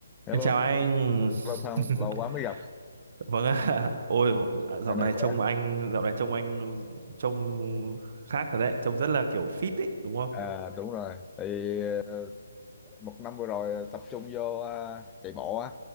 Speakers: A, on the left; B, on the right.
A: Hello,
B: Em chào anh.
A: lâu không,
B: <laughs>
A: lâu quá mới gặp,
B: Vâng ạ. Ôi, dạo
A: dạo
B: này
A: này khỏe.
B: trông anh, dạo này trông anh trông khác thật đấy, trông rất là kiểu fit ấy, đúng không?
A: À đúng rồi, thì ờ, một năm vừa rồi tập trung vô à, chạy bộ á,